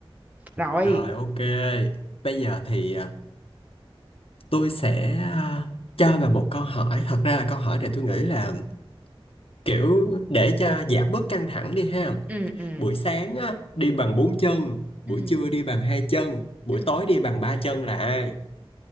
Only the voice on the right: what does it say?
rồi
ừ ừ
ừ
ừ